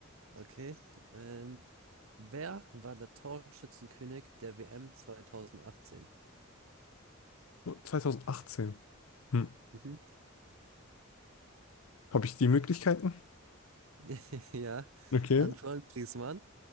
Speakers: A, on the right (about 75°); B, on the left (about 80°).
A: Okay. Ähm, wer war der Torschützenkönig der WM 2018?
B: 2018. Hm.
A: Mhm.
B: Habe ich die Möglichkeiten?
A: <laughs> Ja,
B: Okay.
A: Antoine Griezmann,